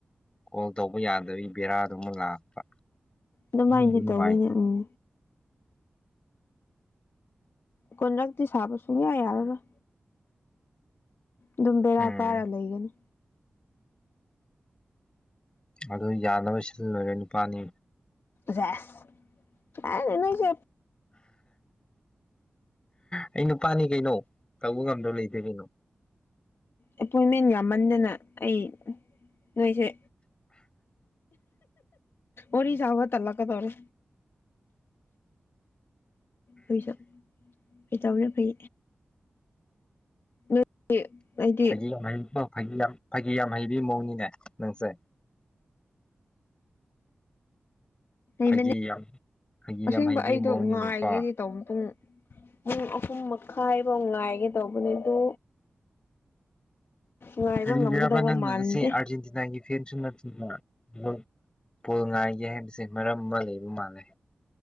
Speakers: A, on the left (about 25°); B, on the left (about 75°).
A: ꯀꯣꯜ ꯇꯧꯕ ꯌꯥꯗꯕꯤ ꯕꯦꯔꯥꯗꯨꯃ ꯂꯥꯛꯄ
B: ꯑꯗꯨꯃꯥꯏꯅꯗꯤ
A: ꯅꯨꯡꯉꯥꯏꯇ꯭ꯔꯦ
B: ꯇꯧꯋꯤꯅꯦ ꯎꯝ ꯀꯟꯔꯛꯇꯤ ꯁꯥꯕ ꯁꯨꯡꯌꯥ ꯌꯥꯔꯔꯣꯏ ꯑꯗꯨꯝ ꯕꯦꯔꯥ
A: ꯎꯝ
B: ꯀꯥꯔ ꯂꯩꯒꯅꯤ
A: ꯑꯗꯨ ꯌꯥꯅꯕ ꯁꯤꯜꯂꯣꯏꯔꯦ ꯅꯨꯄꯥꯅꯤ
B: ꯖꯦꯁ ꯇꯥꯏ ꯅꯣꯏꯁꯦ
A: ꯑꯩ ꯅꯨꯄꯥꯅꯤ ꯀꯩꯅꯣ ꯇꯧꯕ ꯉꯝꯗꯕ ꯂꯩꯇꯦ ꯀꯩꯅꯣ
B: ꯑꯦꯄꯣꯏꯟꯃꯦꯟ ꯌꯥꯝꯃꯟꯗꯅ ꯑꯩ ꯅꯣꯏꯁꯦ ꯑꯣꯔꯤ ꯁꯥꯥꯕ ꯇꯜꯂꯛꯀꯗꯣꯔꯦ ꯑꯩꯁꯨ ꯀꯩꯇꯧꯔ ꯐꯩ ꯅꯣꯏ ꯑꯩꯗꯤ
A: ꯐꯥꯒꯤ ꯌꯥꯝ ꯍꯩꯕ ꯐꯥꯒꯤ ꯌꯥꯝ ꯐꯥꯒꯤ ꯌꯥꯝ ꯍꯩꯕꯤ ꯃꯑꯣꯡꯅꯤꯅꯦ ꯅꯪꯁꯦ
B: ꯂꯩꯕꯅꯦ
A: ꯐꯥꯒꯤ ꯌꯥꯝ ꯐꯥꯒꯤ
B: ꯑꯁꯦꯡꯕ
A: ꯌꯥꯝ ꯍꯩꯕꯤ
B: ꯑꯩꯗꯣ
A: ꯃꯑꯣꯡꯅꯤꯅꯦꯀꯣ
B: ꯉꯥꯏꯒꯗꯤ ꯄꯨꯡ ꯄꯨꯡ ꯑꯍꯨꯝ ꯃꯈꯥꯏꯐꯧ ꯉꯥꯏꯒꯦ ꯇꯧꯕꯅꯦ ꯑꯗꯨ ꯉꯥꯏꯕ
A: ꯀꯔꯤꯒꯤꯔꯕ
B: ꯉꯝꯒꯗꯧꯕ
A: ꯅꯪꯅ
B: ꯃꯥꯟꯗꯦ
A: ꯉꯥꯁꯤ ꯑꯔꯖꯦꯟꯇꯤꯅꯥꯒꯤ__ ꯐꯦꯟ ꯁꯨ ꯅꯠꯇꯅ ꯕꯣ ꯕꯣꯜ ꯉꯥꯏꯒꯦ ꯍꯥꯏꯕꯁꯦ ꯃꯔꯝ ꯑꯃ ꯂꯩꯕ ꯃꯥꯜꯂꯦ